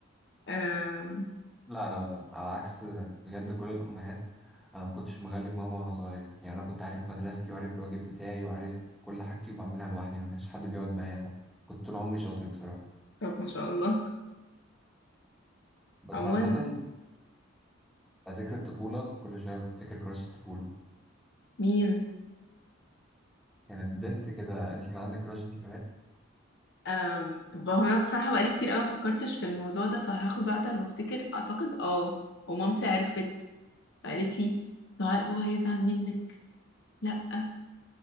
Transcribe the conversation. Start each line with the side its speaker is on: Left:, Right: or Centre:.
Left: آم،
Centre: لا أنا على عكس بجد كل الأمهات أنا ما كنتش مغلب ماما وأنا صغير يعني أنا كنت عارف مدرستي وعارف الواجب بتاعي وعارف كل حاجتي وبعملها لوحدي ما كانش حد بيقعد معايا حتى كنت طول عمري شاطر بصراحة
Left: طب ما شاء الله
Centre: بس
Left: عموما
Centre: عامة ذكر الطفولة كل شوية بفتكر كراش الطفولة
Left: مين
Centre: كانت بنت كده أنت كان عندك كراش أنت
Left: أم هو انا بصراحه بقالي كتير قوي ما فكرتش في الموضوع ده فهاخد وقت لما افتكر اعتقد اه ومامتي عرفت فقالت لي "لا، بابا هيزعل منك لا انا